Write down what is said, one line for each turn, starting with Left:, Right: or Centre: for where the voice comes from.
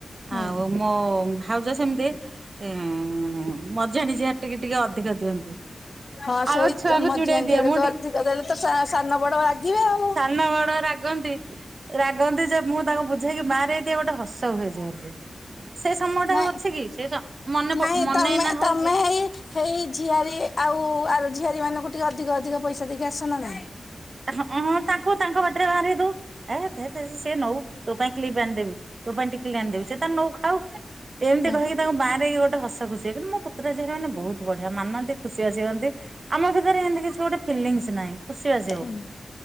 Left: ହୁଁ।
Right: ଆଉ ମୋ ଭାଉଜ ସେମିତି ମଝିଆଣି ଝିଆରୀ ଟିକେ ଟିକେ ଅଧିକ ଦିଅନ୍ତି।
Left: ହଁ ସେଇ
Right: ଆମ ଛୁଆଙ୍କୁ
Left: ତ ମଝିଆଝିଆଡ
Right: ଚିଡେଇ ଦିଏ ମୁଁ ଟି
Left: ଅଧିକ ଦେଲେ ତ ସସାନ ବଡ ବାଧିବେ ଆଉ
Right: ସାନ ବଡ ରାଗନ୍ତି ରାଗନ୍ତି ଯେ ମୁଁ ତାଙ୍କୁ ବୁଝେଇକି ମାରେ ଏଇ ଟିକେ ଗୋଟେ ହସ ହୁଏଯ ବୋଲି ସେ ସମୟ ଟା
Left: ନାଇଁ
Right: ଅଛି କି ସେସ ମନେ
Left: ନାଇଁ
Right: ମନେ
Left: ତମେ
Right: ନା
Left: ତମେ
Right: ହଉଛି
Left: ହେଇ ହେଇ ଝିଆରୀ ଆଉ ଆର ଝିଆରୀ ମାନଙ୍କୁ ଟିକେ ଅଧିକ ଅଧିକ ପଇସା ଦେଇକି ଆସନା ନାହିଁ
Right: ହଁଁ ତାଙ୍କୁ ତାଙ୍କ ବାଟରେ ବାହାରି ଦୁ ଏ ସେ ନଉ ତୋ ପାଇଁ କିଲି ବି ଆଣିଦବି ତୋ ପାଇଁ ଟିକିଲି ଆଣିଦେବି ସେ ତ ନଉ ଖାଉ ଏମିତି
Left: ହୁଁ
Right: କହିକି ତାଙ୍କ ବାଁରେଇ ଗୋଟେ ହସ ଖୁସି ସେ କିନ୍ତୁ ମୋ ପୁତୁରା ଝିଆରୀ ମାନେ ବହୁତ ବଢିଆ ମାନନ୍ତି ଖୁସି ଆସି ହୁଅନ୍ତି ଆମ ଭିତରେ ଏମିତି କିଛି ଗୋଟେ ଫିଲିଙ୍ଗସ ନାହିଁ ଖୁସି ଅଛି
Left: ହୁଁ